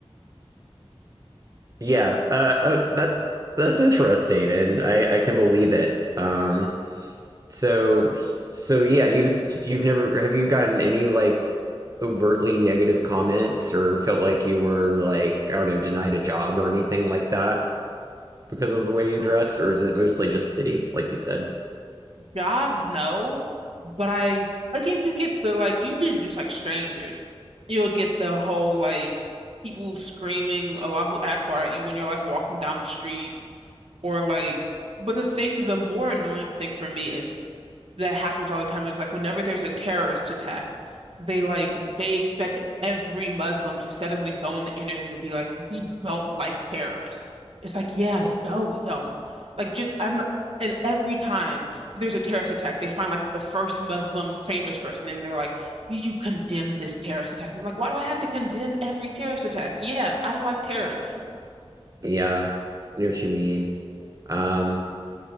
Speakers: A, on the right; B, on the right.
A: Uh, uh, that that's interesting, and I I can believe it. Um, so so yeah, you you've never have you gotten any like overtly negative comments or felt like you were like I don't know denied a job or anything like that? because of the way you
B: Yeah.
A: dress, or is it mostly just pity, like you said?
B: Job, no. But I, again, you get the like, you get just like strangers. You'll get the whole like people screaming Allahu Akbar at you when you're like walking down the street or like, but the thing, the more annoying thing for me is that happens all the time is like whenever there's a terrorist attack They like they expect every Muslim to suddenly go on the internet and be like, we don't like terrorists. It's like, yeah,
A: Yeah,
B: no, we don't. Like just I'm not and every time there's a terrorist attack, they find like the first Muslim famous person and they're like, Did you condemn this terrorist attack? And I'm like, why do I have to condemn every terrorist attack? Yeah, I don't like terrorists.
A: yeah, I know what you mean. Um,